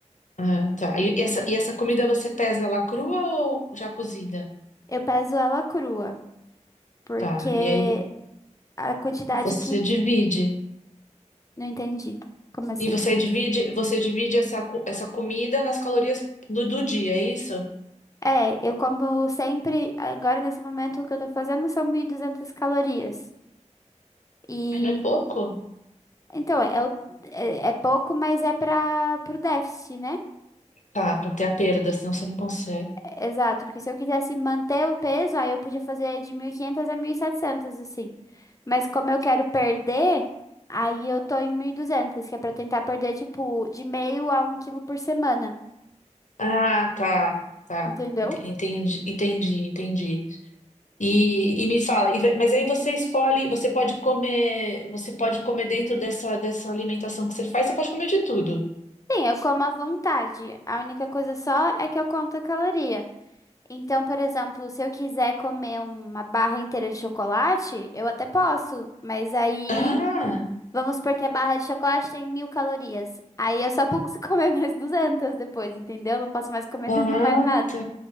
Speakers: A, on the left (about 80°); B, on the left (about 25°).
A: Ah, tá. E essa, e essa comida você pesa ela crua ou já cozida?
B: Eu peso ela crua, porque
A: Tá. E aí
B: a quantidade
A: Você
B: que.
A: divide.
B: Não entendi. Como assim?
A: E você divide, você divide essa, co- essa comida nas calorias do, do dia, é isso?
B: É, eu como sempre, agora nesse momento, o que eu tô fazendo são 1.200 calorias. E.
A: Mas não é pouco?
B: Então, é, o- é, é pouco, mas é para o déficit, né?
A: Tá, pra ter a perda, senão você não consegue.
B: Exato, porque se eu quisesse manter o peso, aí eu podia fazer de 1.500 a 1.700 assim. Mas como eu quero perder, aí eu tô em 1.200 que é pra tentar perder, tipo, de meio a um quilo por semana,
A: Ah, tá, tá.
B: entendeu?
A: Ent- Entendi, entendi, entendi. E, e me fala, e ve- mas aí você escolhe, você pode comer, você pode comer dentro dessa, dessa alimentação que você faz, você pode comer de tudo.
B: Sim, eu como à vontade. A única coisa só é que eu conto a caloria. Então, por exemplo, se eu quiser comer uma barra inteira de chocolate, eu até posso, mas aí
A: Ah,
B: Vamos supor que a barra de chocolate tem mil calorias. Aí eu só posso <laughs> comer mais 200 depois, entendeu? Não posso mais comer
A: ah,
B: <laughs> mais nada.
A: tá.